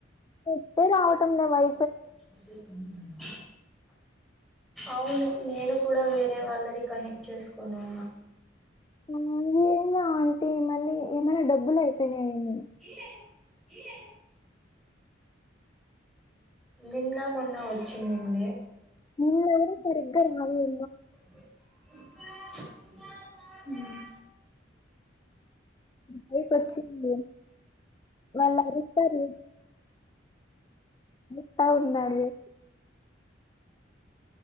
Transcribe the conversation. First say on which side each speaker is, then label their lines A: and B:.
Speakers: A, on the left; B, in the centre.
A: నెట్టే రావటం లేదు వై
B: <unintelligible> అవును నేను కూడా వేరే వాళ్ళది కనెక్ట్ చేసుకోని ఉన్న
A: ఆ ఏమో ఆంటీ మళ్ళీ ఏమైనా డబ్బులు అయిపోయినాయి ఏమో
B: ఇల ఈల నిన్న మొన్న వచ్చింనిన్ది
A: నిన్న ఎవరు సరిగ్గా రాలే
B: ఉ
A: బైపు వచ్చింది వాళ్ళు అరుస్తారు స్తా ఉన్నాడు వే